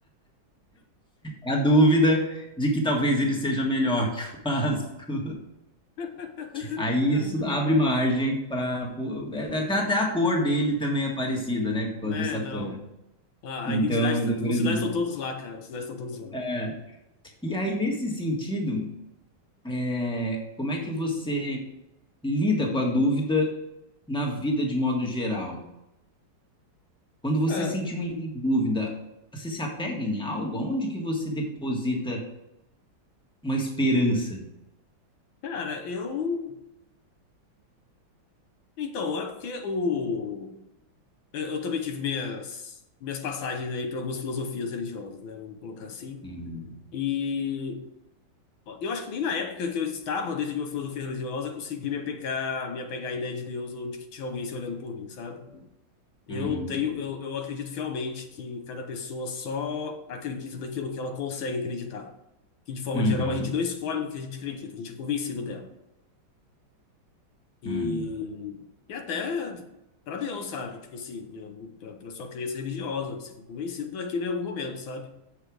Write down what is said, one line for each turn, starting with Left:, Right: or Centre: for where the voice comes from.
Centre: É A dúvida de que talvez ele seja melhor que o Vasco.
Left: <laughs>
Centre: Aí isso abre margem para. Até, até a cor dele também é parecida, né? Com
Left: Né,
Centre: a do Satã.
Left: não. A,
Centre: Então,
Left: a identidade. tá,
Centre: da grande.
Left: Os sinais estão todos lá, cara. Os sinais estão todos lá.
Centre: é. E aí, nesse sentido, é, como é que você. lida com a dúvida na vida de modo geral? Quando você
Left: É,
Centre: sente muita dúvida, você se apega em algo? Aonde que você deposita uma esperança?
Left: cara, eu. Então, é porque o. Eu eu também tive minhas, minhas passagens aí para algumas filosofias religiosas, né? Vamos colocar assim.
Centre: Uhum.
Left: E eu acho que nem na época que eu estava dentro de uma filosofia religiosa eu consegui me apegar, me apegar à ideia de Deus ou de que tinha alguém se olhando por mim, sabe? Eu
Centre: Uhum.
Left: tenho, eu, eu acredito fielmente que cada pessoa só acredita daquilo que ela consegue acreditar. Que de forma
Centre: Uhum.
Left: geral a gente não escolhe no que a gente acredita, a gente é convencido dela. E,
Centre: Uhum.
Left: e até para Deus, sabe? Tipo assim, para sua crença religiosa, você fica convencido daquilo em algum momento, sabe?